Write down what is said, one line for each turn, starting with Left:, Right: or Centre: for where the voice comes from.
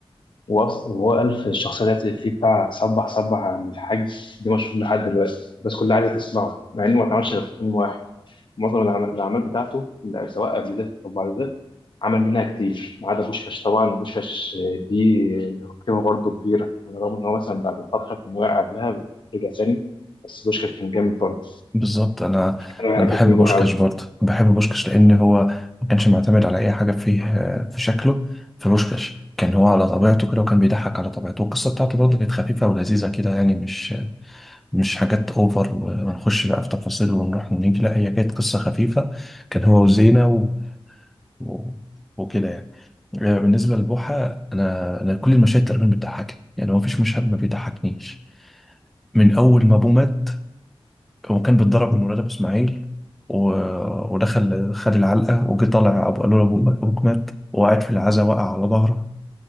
Left: وأصلا هو قال في الشخصية ديت في بتاع صبح صبح عن الحاج دي مشهور لحد دلوقتي بس كلها عايزة تسمعه مع إنه ما اتعملش غير في فيلم واحد. معظم العم- الاعمال بتاعته لا، سواء قبل ده او بعد ده عمل منها كتير ما عدا بوشكاش طبعا بوشكاش دي قيمه برضه كبيره على الرغم ان هو مثلا بعد فتره كان واقع قبلها رجع تاني بس بوشكاش كان جامد برضه
Centre: بالظبط أنا
Left: انا
Centre: أنا
Left: بحب
Centre: بحب
Left: فيلم
Centre: بوشكاش
Left: بوحه قوي
Centre: برضه بحب بوشكاش لأن هو ما كانش معتمد على أي حاجة فيه آه، في شكله في بوشكاش كان هو على طبيعته كده وكان بيضحك على طبيعته والقصة بتاعته برضه كانت خفيفة ولذيذة كده يعني مش مش حاجات اوفر ونخش بقى في تفاصيل ونروح ونيجي لا هي كانت قصة خفيفة كان هو وزينة و... و... وكده يعني آه، بالنسبة لبوحة انا انا كل المشاهد تقريبا بتضحكني يعني ما فيش مشهد ما بيضحكنيش من اول ما ابوه مات هو كان بيتضرب من ولاد ابو اسماعيل و... ودخل خد العلقة وجي طالع ابو قالوا له أبو- ابوك مات وقعد في العزا وقع على ظهره